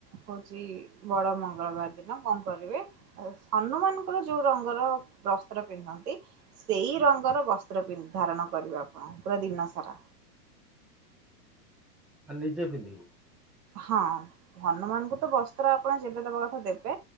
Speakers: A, on the right (about 65°); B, in the centre.
A: ହଉଛି ବଡ ମଙ୍ଗଳବାର ଦିନ କଣ କରିବେ ହନୁମାନଙ୍କର ଯୋଉ ରଙ୍ଗର ବସ୍ତ୍ର ପିନ୍ଧନ୍ତି ସେଇ ରଙ୍ଗର ବସ୍ତ୍ର ଧାରଣ କରିବେ ଆପଣ ପୁରା ଦିନ ସାରା।
B: ଆ ନିଜେ ପିନ୍ଧିବୁ?
A: ହଁ ହନୁମାନଙ୍କୁ ତ ବସ୍ତ୍ର ଆପଣ ଯେବେ ଦେବା କଥା ଦେବେ